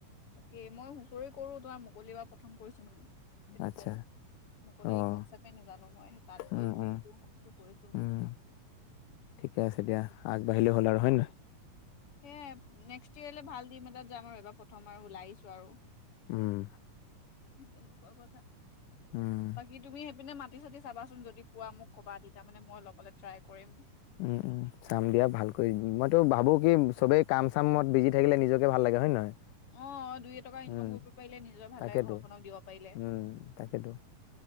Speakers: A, on the left (about 45°); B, on the left (about 80°).
A: তাকেই মই হুঁচৰি কৰো তোমাৰ মুকলি এবাৰ প্ৰথম কৰিছো মানে। সেইটো
B: আচ্ছা
A: চাই দে মুকলি
B: অ',
A: কনচেপটে নেযানো মই সেই তাত গৈ
B: উম,
A: দেখিছো
B: উম,
A: শুনিছো কৰিছো মানে।
B: উম। ঠিকে আছে দিয়া আগবাঢ়িলে হ'ল আৰু হয় নে নহয়।
A: সেয়ে নেক্সট ইয়েলৈ ভাল টিম এটাত যাম আৰু এইবাৰ প্ৰথম আৰু ওলাই আহিছো আৰু।
B: উম।
A: তেনেকুৱা কথা
B: উম।
A: বাকী তুমি সেইপিনে মাত মাটি-চাতি চাবাচোন যদি পোৱা মোক ক'বা। তেতিয়া মানে মই ল'বলৈ ট্ৰাই কৰিম।
B: উম, উম, চাম দিয়া ভালকৈ মইতো ভাবো কি চবেই কাম-চাম মত বিজি থাকিলে নিজকে ভাল লাগে হয় নে নহয়?
A: অ' দুই এটকা
B: উম,
A: ইনকাম কৰিব পাৰিলে নিজৰ ভাল
B: তাকেতো
A: লাগে ঘৰখনক দিব পাৰিলে।
B: উম,
A: এ'
B: তাকেতো